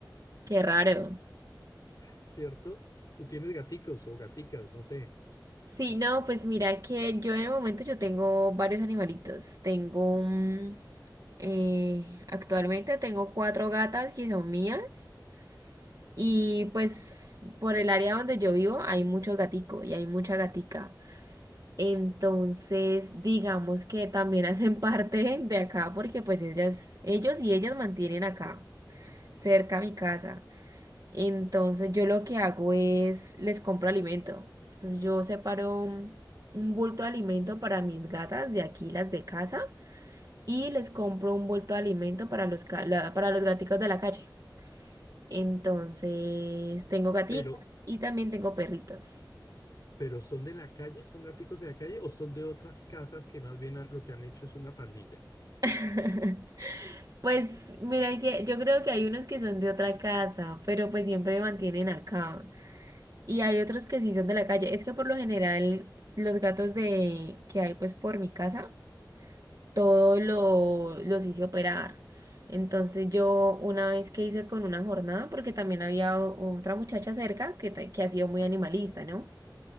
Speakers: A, on the right; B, on the left.
A: qué raro.
B: ¿cierto? Tú tienes gaticos o gaticas, no sé,
A: Sí, no, pues mira que yo en el momento yo tengo varios animalitos, tengo, un- eh, actualmente tengo cuatro gatas que son mías y pues por el área donde yo vivo hay mucho gatico y hay mucha gatica. Entonces, digamos que también <laughs> hacen parte de acá porque pues ellas, ellos y ellas mantienen acá, cerca a mi casa. Entonces yo lo que hago es, les compro alimento. Entonces yo separo un, un bulto de alimento para mis gatas de aquí, las de casa, y les compro un bulto de alimento para los, ca- la- para los gaticos de la calle. Entonces tengo gatitos
B: pero,
A: y también tengo perritos.
B: pero ¿son de la calle? ¿Son gaticos de la calle o son de otras casas que más bien han- lo que han hecho es una pandilla?
A: <laughs> Pues mira que yo creo que hay unos que son de otra casa, pero pues siempre me mantienen acá. Y hay otros que sí son de la calle. Es que por lo general los gatos de que hay pues por mi casa todo lo, los hice operar. Entonces yo una vez que hice con una jornada, porque también había o- otra muchacha cerca que, ta- que ha sido muy animalista, ¿no?